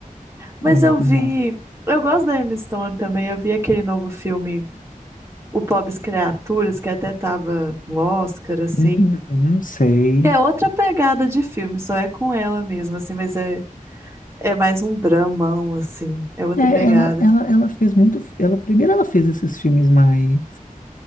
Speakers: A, on the right (about 20°); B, on the left (about 65°).
A: Mas
B: é muito
A: eu vi.
B: bom.
A: Eu gosto da Emma Stone também. Eu vi aquele novo filme, O Pobres Criaturas, que até tava no Oscar, assim.
B: Uhum, sei.
A: Que é outra pegada de filme, só é com ela mesmo, assim, mas é, é mais um dramão, assim. É outra
B: É,
A: pegada.
B: ela, ela, ela fez muito. Ela, primeiro ela fez esses filmes mais,